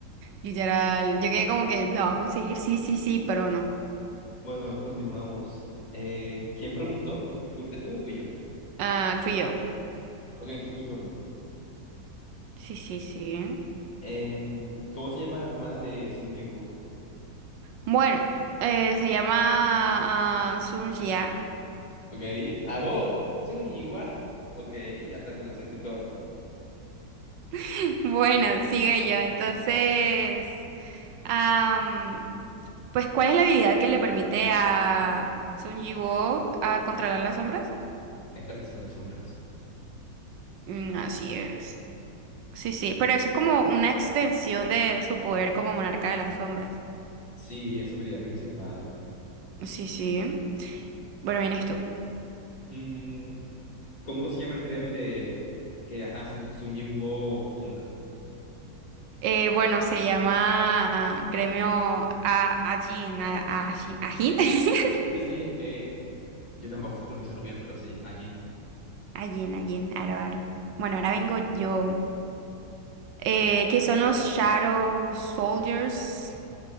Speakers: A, on the right; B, on the left.
A: Literal, yo quedé como que la va a conseguir, sí, sí, sí, pero no.
B: Bueno, continuamos. Eh, ¿quién preguntó? ¿Fuiste tú o fui yo?
A: Ah, fui yo.
B: Ok, entonces mi turno.
A: Sí, sí, sí.
B: Em, ¿cómo se llama la hermana de Sung Jinwoo?
A: Bueno, eh, se llama ah, Sun Ya.
B: Ok, ajo, Sung Jinwoo. Ok, hasta con acento y todo.
A: <laughs> Bueno, sigue yo. Entonces, am, pues, ¿cuál es la habilidad que le permite a Sun Jiwoo a controlar las sombras?
B: Extracción de sombras.
A: Mm, así es. Sí, sí. Pero eso es como una extensión de su poder como monarca de las sombras.
B: Sí, es su habilidad principal.
A: Sí, sí. Bueno, vienes tú.
B: Mm, ¿cómo se llama el gremio de que ajá, Sun, Sung Jinwoo funda?
A: Eh, bueno, se llama ah, Gremio a Ajin. A, Ajin. Ajin. <laughs>
B: Sí, sí, es que yo tampoco sé pronunciarlo bien, pero sí, Ajin.
A: Allí, allí, aro, aro. Bueno, ahora vengo yo. Eh, ¿qué son los Shadow Soldiers?